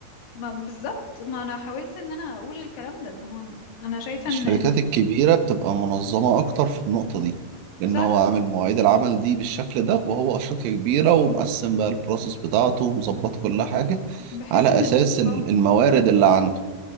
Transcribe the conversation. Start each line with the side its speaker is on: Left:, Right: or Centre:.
Left: ما بالظبط ما انا حاولت ان انا اقول الكلام ده ان هو انا شايفة
Right: الشركات
Left: ان الم-
Right: الكبيره بتبقى منظمه اكتر في النقطه دي لان
Left: صح
Right: هو عامل مواعيد العمل دي بالشكل ده وهو شركه كبيره ومقسم بقى البروسيس بتاعته ومظبط كل حاجه
Left: بحيث
Right: على
Left: ان
Right: اساس
Left: ال...
Right: ال-
Left: اه
Right: الموارد اللي عنده